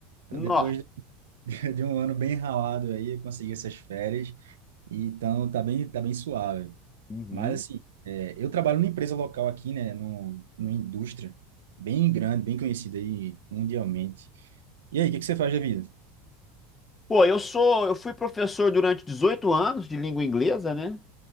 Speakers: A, on the right; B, on the left.
A: Então,
B: Nó.
A: depois de <laughs> de um ano bem ralado aí, eu consegui essas férias. E, então, tá bem, tá bem suave.
B: Uhum.
A: Mas, assim, é, eu trabalho numa empresa local aqui, né? no, numa indústria bem grande, bem conhecida aí mundialmente. E aí, o que que você faz da vida?
B: Pô, eu sou, eu fui professor durante 18 anos de língua inglesa, né?